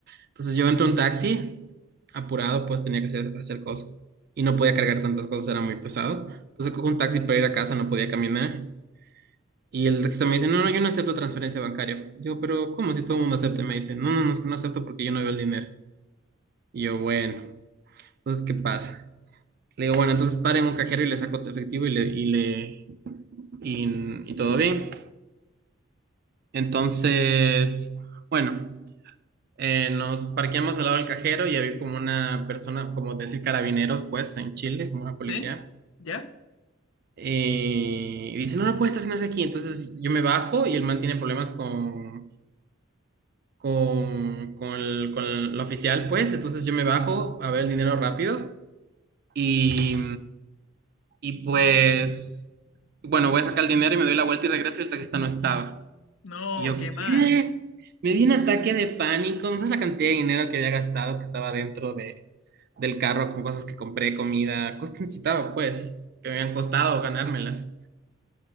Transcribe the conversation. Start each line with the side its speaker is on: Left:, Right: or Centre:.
Right: Entonces yo entro en un taxi, apurado, pues tenía que hacer, hacer cosas y no podía cargar tantas cosas, era muy pesado. Entonces cojo un taxi para ir a casa, no podía caminar. Y el taxista me dice, no, no, yo no acepto transferencia bancaria. Yo, pero ¿cómo si todo el mundo acepta? Y me dice, no, no, no, es que no acepto porque yo no veo el dinero. Y yo, bueno, entonces, ¿qué pasa? Le digo, bueno, entonces paren un cajero y le saco tu efectivo y le, y le, y, y todo bien. Entonces, bueno, eh, nos parqueamos al lado del cajero y había como una persona, como decir carabineros, pues, en Chile, como una policía.
Left: ¿Sí? ¿Ya?
Right: Eh, y dice, no, no puede estacionarse aquí. Entonces yo me bajo y el man tiene problemas con con, con, el- con la oficial, pues. Entonces yo me bajo a ver el dinero rápido y, y pues, bueno, voy a sacar el dinero y me doy la vuelta y regreso y el taxista no estaba.
Left: No,
Right: Y yo,
Left: qué
Right: ¿qué?
Left: mal.
Right: Me di un ataque de pánico. No sabes la cantidad de dinero que había gastado, que estaba dentro de, del carro con cosas que compré, comida, cosas que necesitaba, pues, que me habían costado ganármelas.